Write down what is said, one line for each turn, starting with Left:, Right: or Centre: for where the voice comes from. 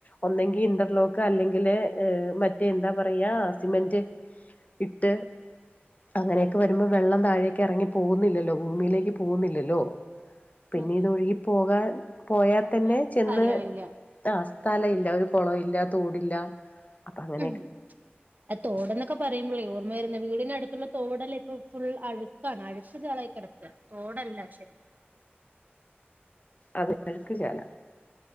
Left: ഒന്നെങ്കി ഇന്റർലോക്ക് അല്ലെങ്കില് ഏഹ് മറ്റേ എന്താ പറയാ സിമന്റ് ഇട്ട് അങ്ങനെയൊക്കെ വരുമ്പൊ വെള്ളം താഴേക്ക് ഇറങ്ങി പോവുന്നില്ലല്ലോ ഭൂമിയിലേക്ക് പോവുന്നില്ലല്ലോ പിന്നെ
Right: അതെ
Left: ഇത് ഒഴുകി പോകാൻ പോയാതന്നെ
Right: പോവാൻ ഒരു സ്ഥലമില്ല
Left: ഇന്ന് ആ സ്ഥല ഇല്ല ഒരു പോ കുളവില്ല തോടില്ല അപ്പ അങ്ങനെയൊക്കെ
Right: ഉം ആ തോടെന്നൊക്കെ പറയുമ്പയെ മഒ ഓർമ്മ വരുന്ന വീടിനടുത്തുള്ള തോടല്ല ഇപ്പൊ ഫുൾ അഴുക്കാണ് അഴുക്ക് ചാലായി കിടക്ക തോടല്ല പശേ
Left: അതെ അഴുക്ക് ചാല